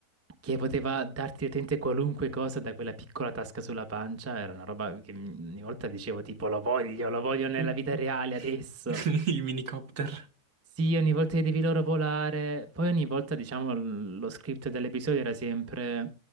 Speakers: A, on the right; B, on the right.
A: che poteva darti letteralmente qualunque cosa da quella piccola tasca sulla pancia, era una roba che mi- ogni volta dicevo tipo lo voglio, lo voglio nella
B: <laughs>
A: vita reale adesso.
B: Il minicopter.
A: Sì, ogni volta che devi loro volare, poi ogni volta, diciamo, l- lo script dell'episodio era sempre